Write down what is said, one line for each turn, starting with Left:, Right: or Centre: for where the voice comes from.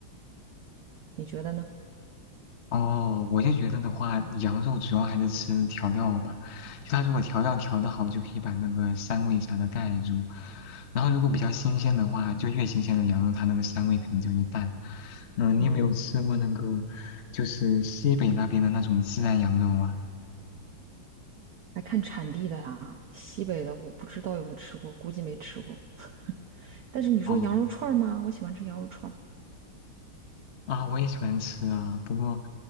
Right: 你觉得呢？
Left: 哦，我就觉得的话，羊肉主要还是吃调料吧，就它如果调料调的好，就可以把那个膻味啥的盖住。然后如果比较新鲜的话，就越新鲜的羊肉，它那个膻味肯定就越淡。嗯，
Right: 嗯。
Left: 你有没有吃过那个，就是西北那边的那种孜然羊肉啊？
Right: 还看产地的呀，西北的我不知道有没有吃过，估计没吃过。但是你说羊肉串儿吗？
Left: 哦。
Right: 我喜欢吃羊肉串儿。
Left: 啊，我也喜欢吃啊，不过，